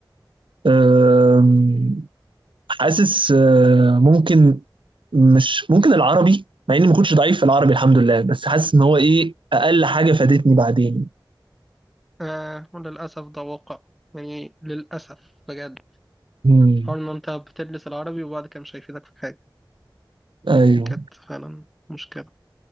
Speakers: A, on the right; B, in the centre.
A: أم، حاسس أه، ممكن مش ممكن العربي مع اني ما كنتش ضعيف في العربي الحمد لله بس حاسس ان هو ايه اقل حاجه فادتني بعدين
B: آه وللأسف ده واقع يعني للأسف بجد
A: امم
B: حوار ان انت بتدرس العربي وبعد كده مش هيفيدك في حاجة
A: ايوه
B: كانت فعلا مشكلة